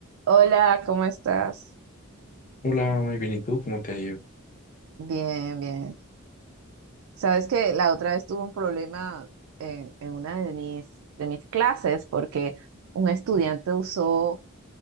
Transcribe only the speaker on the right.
Hola, ¿cómo estás?
Bien, bien. Sabes que la otra vez tuve un problema en, en una de mis, de mis clases porque un estudiante usó